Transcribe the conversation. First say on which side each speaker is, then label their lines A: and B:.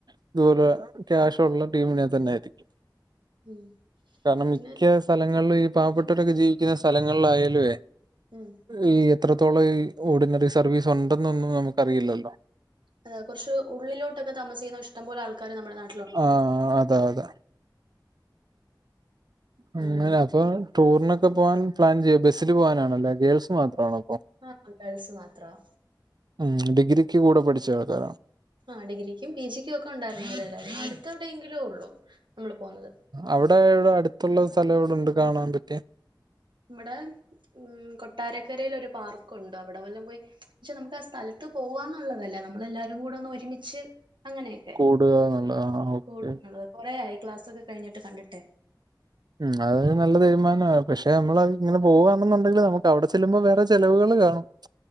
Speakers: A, on the right (about 60°); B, on the right (about 80°).
A: ഇത്പോലെ ക്യാഷൊള്ള ടീമിനെ തന്നായിരിക്കും
B: ഉം
A: കാരണം
B: പിന്നെ
A: മിക്കസ് സ്ഥലങ്ങളിൽ ഈ പാവപ്പെട്ടവരൊക്കെ ജീവിക്കുന്ന സ്ഥലങ്ങളിലയാലുവേ
B: ഉം
A: ഈ എത്രത്തോളം ഈ ഓർഡിനറി സർവീസ് ഉണ്ടെന്നൊന്നും നമുക്കറിയില്ലല്ലോ
B: അത കുറച്ച് ഉള്ളിലോട്ടൊക്കെ താമസിക്കുന്ന ഇഷ്ടം പോലെ ആൾക്കാര് നമ്മുടെ നാ
A: ആഹ അതാ അതാ മ്മ്
B: അങ്ങനെ.
A: അല്ല അപ്പൊ ടൂറിനൊക്കെ പോവാൻ പ്ലാൻ ചെയ്യും ബസ്സിൽ പോകാനാണല്ലോ ഗേൾസ് മാത്രമാണോ അപ്പൊ
B: ആഹ ഗേൾസ് മാത്രവാ
A: മ്മ് ഡിഗ്രിക്ക് കൂടെ പഠിച്ച ആൾക്കാരാണോ
B: ആ ഡിഗ്രിക്കും പീജിക്കൊക്കെ ഉണ്ടായിരുന്ന അവരെല്ലാവരും അടുത്തെവിടെയെങ്കിലൊ ഉള്ളൂ നമ്മള് പോവുന്നത്
A: അവിടെ എവിടെ അടുത്തുള്ള സ്ഥലം എവിടൊണ്ട് കാണാൻ പറ്റിയ
B: ഇവടെ മ്മ് കൊട്ടാരക്കരെൽ ഒരു പാർക്കുണ്ട് അവിടെ വല്ലം പോയി പക്ഷെ നമുക്ക് ആ സ്ഥലത്ത് പോവാ ന്നുള്ളതല്ല നമ്മളെല്ലാരും കൂടെ ഒന്ന് ഒരുമിച്ച് അങ്ങനെയൊക്കെ
A: കൂടുക എന്നുള്ള ആഹ് ഓക്കെ
B: കൂടള്ളത് കുറേയായി ക്ലാസ് ഒക്കെ കഴിഞ്ഞിട്ട് കണ്ടിട്ടെ
A: മ്മ് അതൊരു നല്ല തീരുമാനവാ പക്ഷെ നമ്മളത് ഇങ്ങനെ പോവാണെന്നുണ്ടെങ്കിൽ നമുക്ക് അവിടെ ചെല്ലുമ്പോ വേറെ ചെലവുകൾ കാണും